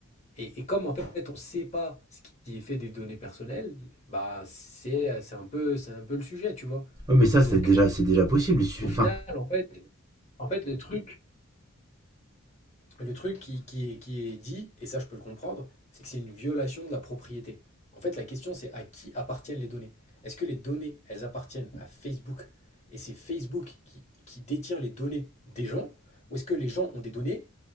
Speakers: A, on the left; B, on the right.
A: Et, et comme en fait, on ne sait pas ce qui est fait des données personnelles, bah c'est c'est un peu c'est un peu le sujet, tu vois.
B: Ouais, mais ça, c'est
A: Donc
B: déjà, c'est déjà possible.
A: au
B: Enfin,
A: final, en fait, en fait le truc Le truc qui, qui est, qui est dit, et ça je peux le comprendre, c'est que c'est une violation de la propriété. En fait, la question c'est à qui appartiennent les données. Est-ce que les données, elles appartiennent à Facebook et c'est Facebook qui, qui détient les données des gens, ou est-ce que les gens ont des données